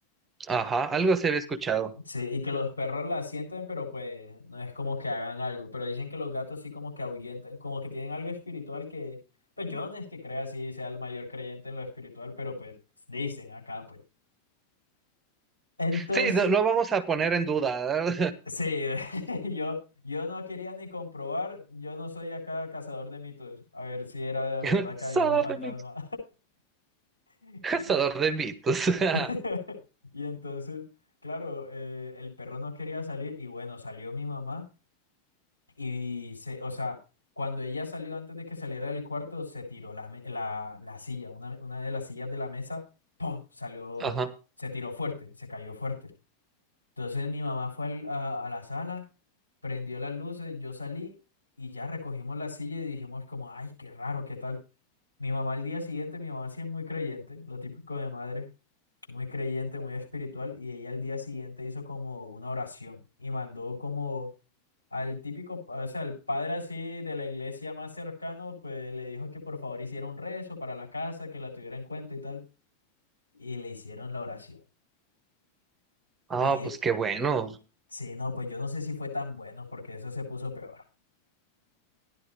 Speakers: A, on the right; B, on the left.
A: Ajá, algo se había escuchado.
B: Sí, y que los perros las sienten, pero pues no es como que hagan algo. Pero dicen que los gatos sí como que ahuyentan, como que tienen algo espiritual que, pues yo no es que crea así, sea el mayor creyente en lo espiritual, pero pues dicen acá, pues. Entonces,
A: Sí, no, no vamos a poner en duda.
B: sí, <laughs> yo, yo no quería ni comprobar, yo no soy acá cazador de mitos, a ver si era
A: <laughs>
B: de verdad que
A: Cazador
B: había un fantasma.
A: de mitos.
B: <laughs>
A: Cazador de mitos. <laughs>
B: <laughs> Y entonces, claro, eh, el perro no quería salir y bueno, salió mi mamá y se, o sea, cuando ella salió antes de que saliera del cuarto, se tiró la, me- la, la silla, una, una de las sillas de la mesa, ¡pum! salió,
A: Ajá.
B: se tiró fuerte, se cayó fuerte. Entonces mi mamá fue al- a, a la sala, prendió las luces, yo salí y ya recogimos la silla y dijimos como, ay, qué raro, qué tal. Mi mamá al día siguiente, mi mamá sí es muy creyente, lo típico de madre muy creyente, muy espiritual, y ella al día siguiente hizo como una oración y mandó como al típico, o sea, al padre así de la iglesia más cercano, pues le dijo que por favor hiciera un rezo para la casa, que la tuviera en cuenta y tal, y le hicieron la oración.
A: Ah,
B: Y eh,
A: pues qué bueno.
B: sí, no, pues yo no sé si fue tan bueno porque eso se puso peor.